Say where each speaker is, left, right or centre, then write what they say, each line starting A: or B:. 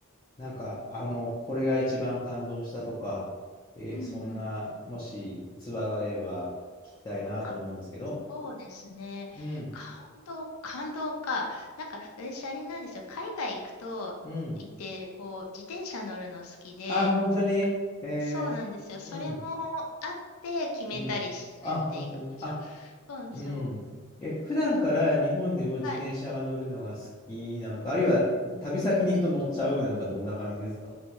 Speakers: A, on the left (about 15°); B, on the left (about 80°).
A: なんか、あの、これが一番感動したとか、えーそんな、
B: うんうん。
A: もし逸話があれば聞きたいなと思うんですけど。
B: かそうですね。
A: うん。
B: 感動、感動か。なんか、私、あれなんですよ。海外行くと、
A: うん。
B: 行って、こう、自転車乗るの好きで、
A: あ、本当に。え
B: そうなんですよ。それもあって決めたりしてるんで行く場所。
A: ーうん。うん。あ、本当に。あ、
B: そうなんですよ。
A: うん。え、普段から日本でも自転車が乗るのが好きなのか、
B: だはい。
A: あるいは旅先に行くと乗っちゃうなのか、
B: うん
A: どんな感じですか